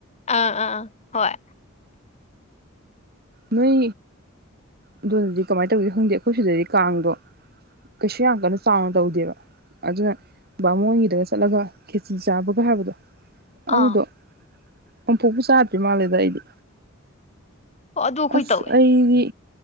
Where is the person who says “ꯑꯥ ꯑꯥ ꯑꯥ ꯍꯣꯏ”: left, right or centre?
Left